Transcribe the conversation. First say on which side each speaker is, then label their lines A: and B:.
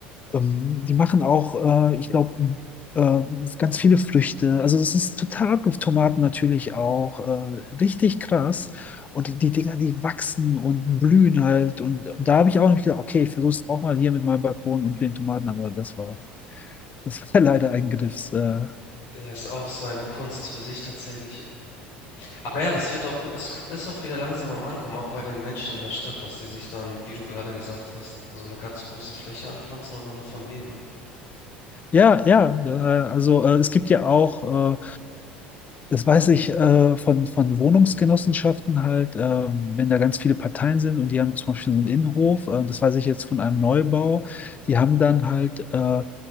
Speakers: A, on the left; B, on the left.
A: ähm, die machen auch, äh, ich glaube, äh, ganz viele Früchte. Also es ist total abgefahren. Tomaten natürlich auch. Äh, richtig krass. Und die, die Dinger, die wachsen und blühen halt. Und, und da habe ich auch nicht gedacht, okay, ich versuche es auch mal hier mit meinem Balkon und den Tomaten, aber das war, das war <laughs> leider ein Griffs. Äh,
B: Ja, ist auch so eine Kunst für sich tatsächlich. Aber ja, das wird auch es ist auch wieder langsam am Ankommen, auch bei den Menschen in der Stadt, dass sie sich dann, wie du gerade gesagt hast, so eine ganz große Fläche anpflanzen und dann davon leben.
A: ja, ja. Äh, also äh, es gibt ja auch. Äh, Das weiß ich äh, von, von Wohnungsgenossenschaften halt, äh, wenn da ganz viele Parteien sind und die haben zum Beispiel so einen Innenhof, äh, das weiß ich jetzt von einem Neubau, die haben dann halt, äh,